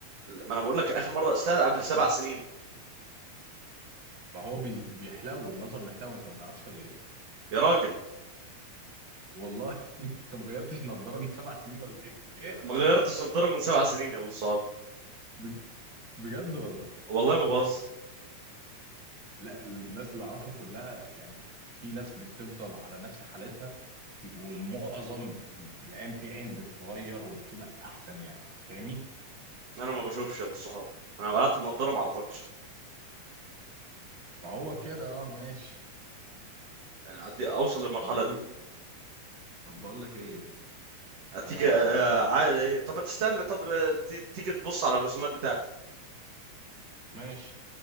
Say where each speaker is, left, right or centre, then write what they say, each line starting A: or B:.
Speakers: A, on the right; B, on the right.
A: ما انا بقول لك اخر مره قستها قبل سبع
B: سمعت
A: سنين
B: ما هو بي... بيحلو النظر بيحلو انت ما تعرفش ولا ايه
A: يا راجل
B: والله <laughs> انت ما غيرتش نظاره من سبع سنين ولا ايه إيه؟
A: ما غيرتش نضاره من سبع سنين يا ابو الصحاب
B: بج- بجد والله
A: والله ما باظ
B: لا الناس اللي اعرفها كلها يعني في ناس بتفضل على نفس حالتها في والمعظم العين في عين بتتغير وبتبقى احسن يعني فاهمني
A: انا ما بشوفش يا ابو الصحاب انا قلعت النضاره ما اعرفكش
B: فهو كده اه ماشي
A: يعني أدي- اوصل للمرحله
B: طب بقول
A: دي
B: طب بقول لك ايه انا
A: تيجي آه،
B: دلوقتي
A: عا- طب ما تستنى طب آه، تي- تيجي تبص على الرسومات بتاعتي
B: ماشي